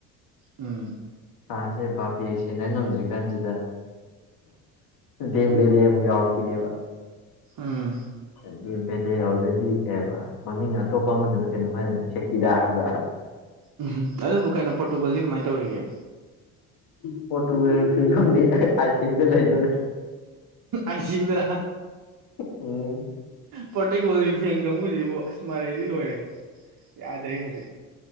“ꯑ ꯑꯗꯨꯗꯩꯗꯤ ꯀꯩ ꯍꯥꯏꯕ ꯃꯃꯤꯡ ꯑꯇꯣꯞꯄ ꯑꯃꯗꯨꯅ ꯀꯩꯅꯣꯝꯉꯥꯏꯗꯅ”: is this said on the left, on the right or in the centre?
Left